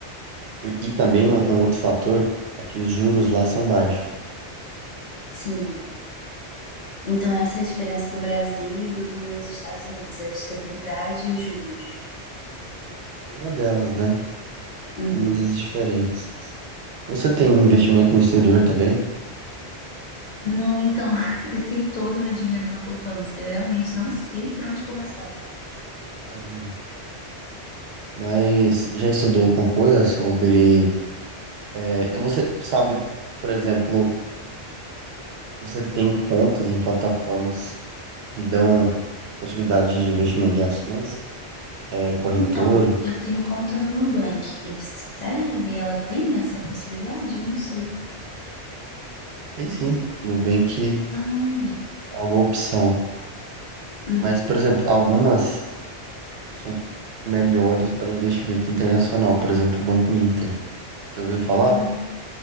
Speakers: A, on the right (about 70°); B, on the left (about 50°).
A: Por- E também um, um outro fator é que os juros lá são baixos.
B: Sim. Então, essa é a diferença do Brasil e dos Estados Unidos, a estabilidade e os juros.
A: É uma delas, né?
B: Uhum.
A: Uma das diferenças. Você tem investimento no exterior também?
B: Não, então, <laughs> eu tenho todo o meu dinheiro na poupança. Eu realmente não sei por onde começar.
A: Caramba. Mas já estudou alguma coisa sobre. é, você sabe, por exemplo, você tem contas em plataformas que dão possibilidade de investimento em ações, é, corretoras?
B: Então, eu tenho conta no Nubank. Serve? Ela tem essa possibilidade? Eu não sei.
A: Tem sim, Nubank
B: Hum,
A: é uma opção.
B: uhum,
A: Mas, por exemplo, algumas são melhores para investimento internacional. Por exemplo, o Banco Inter. Já ouviu falar?
B: hum.